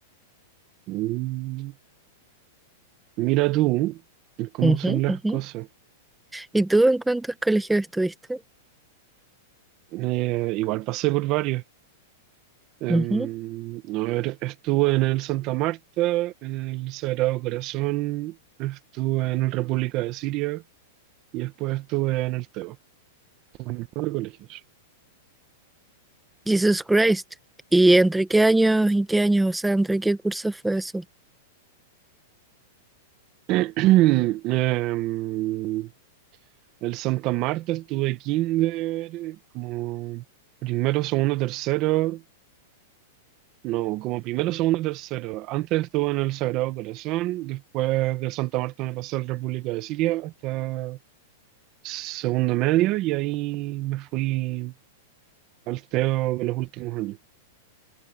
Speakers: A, on the right; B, in the centre.
A: Mm. Mira tú cómo
B: Ujú,
A: son las
B: ujú.
A: cosas.
B: ¿Y tú en cuántos colegios estuviste?
A: Eh, igual pasé por varios. Em,
B: Ujú.
A: a ver, estuve en el Santa Marta, en el Sagrado Corazón, estuve en el República de Siria. y después estuve en el Teo, en cuatro colegios.
B: Jesus Christ. ¿Y entre qué años y qué años? O sea, ¿entre qué cursos fue eso?
A: <clears throat> Em, el Santa Marta estuve kinder, como primero, segundo, tercero, no, como primero, segundo, tercero. Antes estuve en el Sagrado Corazón, después de Santa Marta me pasé a la República de Siria hasta segundo medio y ahí me fui al Teo de los últimos años.